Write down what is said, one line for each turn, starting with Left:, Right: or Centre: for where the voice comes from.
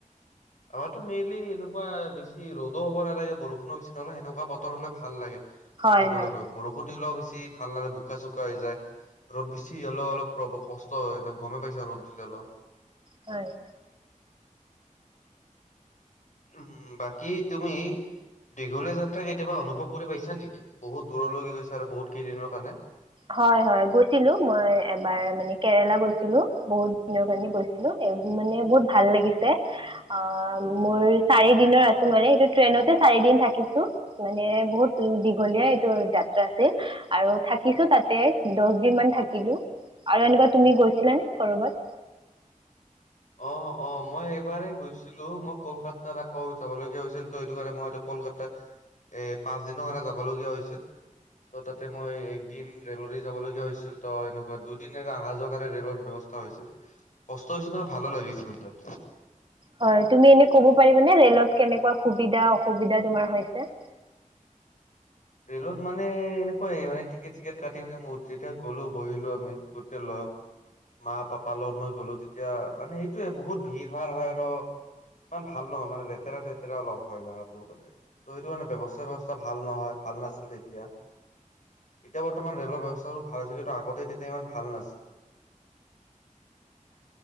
Left: আমাৰতো মেইনলি এনেকুৱা বেছি ৰদো হ'ব নালাগে বৰষুণো বেছি নহলে সেনেকুৱা বতৰ হলে ভাল লাগে ফুৰিবলৈ
Right: হয় হয়
Left: গৈ বৰষুণ দিলে বেছি বেছি ভাল নালাগে বোকা চোকা হৈ যায় ৰ'দ বেছি হ'লেও অলপ কষ্ট হয় গমেই পাইছা ৰ'দ দিলে অলপ
Right: হয়
Left: উম বাকী তুমি দীঘলীয়া যাত্ৰা কেতিয়াবা অনুভৱ কৰি পাইছা নেকি বহুত দূৰলৈকে গৈছা আৰু বহুত কেইদিনৰ কাৰণে
Right: হয় হয় গৈছিলো মই এবাৰ মানে কেৰেলা গৈছিলো বহুত দিনৰ কাৰণে গৈছিলো মানে বহুত ভাল লাগিছে অ মোৰ চাৰি দিনৰ আছিল মানে এইটো ট্ৰেইনতে চাৰি দিন থাকিছো মানে বহুত দীঘলীয়া এইটো যাত্ৰা আছিল আৰু থাকি কিছু তাতে দহ দিন মান থাকিলো আৰু এনেকুৱা তুমি গৈছিলানে কৰবাত
Left: অ অ মই এইবাৰেই গৈছিলো মই কলকাতাত আকৌ যাব লগীয়া হৈছিল ত সেইটো কাৰণে মইতো কলকাতত এ পাঁচ দিনৰ কাৰণে যাব লগীয়া হৈছিল ত' তাতে মই একদিন ৰেলৰে যাব লগীয়া হৈছিল ত এনেকুৱা দুদিন অহা যোৱা কাৰণে ৰে'লৰ ব্যৱস্থা হৈছিল কষ্ট হৈছিল ভালো লাগিছিল য়াই
Right: হয় তুমি এনে ক'ব পাৰিবানে ৰেলত কেনেকুৱা সুবিধা অসুবিধা তোমাৰ হৈছে
Left: ৰেলত মানে এনেকুৱাই মানে টিকেট চিকেট কাটি পনে মই যেতিয়া গ'লো বহিলো আমি গোটেই লৰা মা পাপাৰ লগত মই গ'লো তেতিয়া মানে সেইটোয়ে বহুত ভিৰ ভাৰ হয় আৰু ইমান ভাল নহয় মানে লেতেৰা লেতেৰা অলপ হয় জেগাটো মানে ত সেইটো মানে ব ব্যৱস্থাৱা ভাল নহয় ভাল নাছিল তেতিয়া এতিয়া বৰ্তমান ৰেলৰ ব্যৱস্থাবোৰ ভাল হৈছে কিন্তু আগতে তেতিয়া ইমান ভাল নাছিল